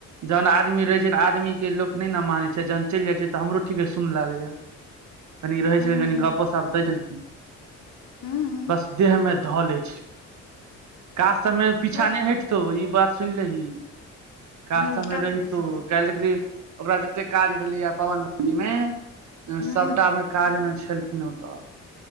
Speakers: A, on the right; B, on the left.
A: जहन आदमी रहैत छै तऽ आदमीके लोक नहि ने मानै छै जहन चलि जाइत छै तऽ हमरो ठीके सुन लागैए कनी रहै
B: हूं
A: छै कनि
B: हूं
A: गपसप दै छलखिन
B: हूं
A: बस देहमें धो ले काज तऽमे पीछा
B: हँ
A: नहि हटतौ ई बात सुनि लही काज
B: हूँ
A: सभमे
B: कासल
A: रहितौ
B: पिछन
A: काल् देखली ओकरा जतेक काज भेलैएा पवन भजीमे
B: हूँ
A: सभटामे कार्यमे छलखिन ओतय